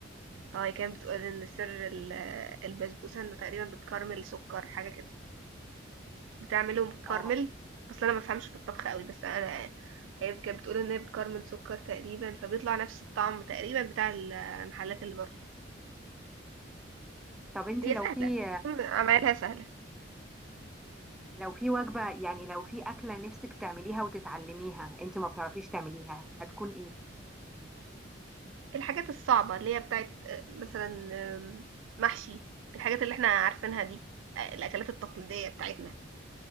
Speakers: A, on the right; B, in the centre.
A: اه هي كانت بتقول إن سر ال البسبوسة إنه تقريبا بتكرمل سكر حاجة كده بتعمله مكرمل
B: اه
A: أصل أنا مفهمش في الطبخ أوي بس أنا هي كانت بتقول إن هي بتكرمل سكر تقريبا فبيطلع نفس الطعم تقريبا بتاع المحلات اللي بره
B: طب أنت
A: هي
B: لو
A: سهلة
B: في
A: الفول عمايلها سهلة
B: لو في وجبة يعني لو في أكلة نفسك تعمليها وتتعلميها أنت ما بتعرفيش تعمليها هتكون إيه؟
A: الحاجات الصعبة اللي هي بتاعت آه، مثلا آم، محشي الحاجات اللي احنا عارفينها دي آه، الأكلات التقليدية بتاعتنا